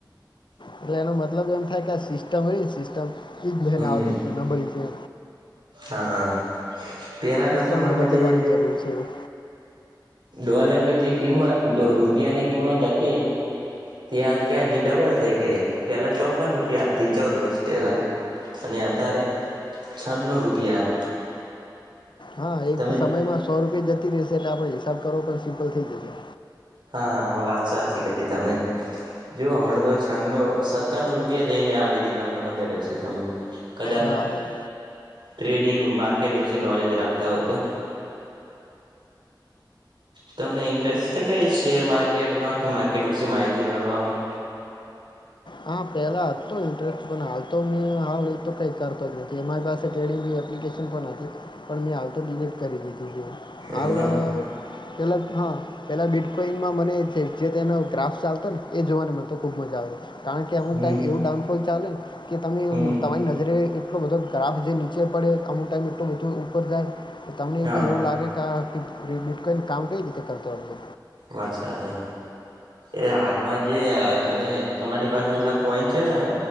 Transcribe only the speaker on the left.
એટલે એનું મ અલગન સિસ્ટમ ર સિસ્ટમ એ બન
આવ નબળી છે
સિસ્ટમ
ને બદલવાની
જરૂર છે એ. <inaudible>
હા એક
સમયમાં સો રૂપિયા જતી રશે સેટ આપણે હિસાબ કરવો પણ સિમ્પલ થઈ જશે
હા હા
હા પહેલા હતુ ઇન્ટરેસ્ટ પણ હાલ તો મેં હાલ એ તો કઈ કરતો જ નથી અમારી પાસે ટ્રેડિંગ એપ્લિકેશન પણ હતી પણ મેં હાલ તો ડિલીટ કરી દી દીધી
આલ
પેલા હા પેલા બીટ કોઈનમાં મને જે તેનો ગ્રાફસ ચાલતો ને એ જોવાને મને તો ખુબ મજા આવે. કારણ કે અમુક
ટાઈમ એવુ ડાઉન કોઈ ચાલે કે તમે
તમારી નજરે એટલો બધો ગ્રાફ જે નીચે પડે આમુ ટાઈમ એટલો બધો ઉપર જાય. તમને
કોઈ એવું લાગે કે આ રિબુટ કઈ કાઉન્ટ કઈ રીતે કરતો હશે.